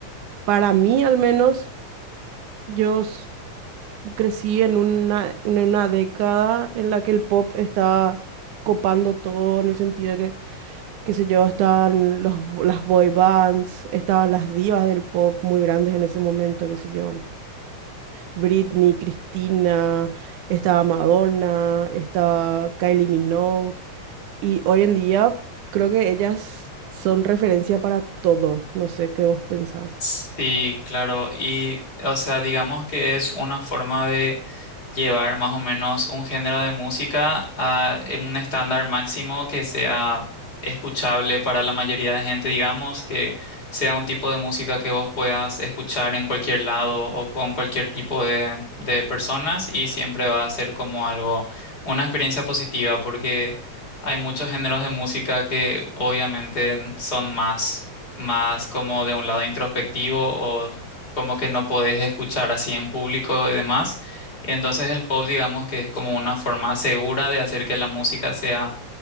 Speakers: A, on the right (about 85°); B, on the left (about 30°).
A: para mí al menos yo s- crecí en una, en una década en la que el pop está copando todo en el sentido de que, qué sé yo, estaban los, las boy bands, estaban las divas del pop muy grandes en ese momento, qué sé yo. Britney, Cristina, estaba Madonna, estaba Kylie Minogue. Y hoy en día creo que ellas son referencia para todo. No sé qué vos pensás.
B: Sí, claro, y o sea, digamos que es una forma de llevar más o menos un género de música a en un estándar máximo que sea escuchable para la mayoría de gente, digamos, que sea un tipo de música que vos puedas escuchar en cualquier lado o con cualquier tipo de, de personas y siempre va a ser como algo, una experiencia positiva porque hay muchos géneros de música que obviamente son más, más como de un lado introspectivo o como que no podés escuchar así en público y demás. Y entonces el pop, digamos que es como una forma segura de hacer que la música sea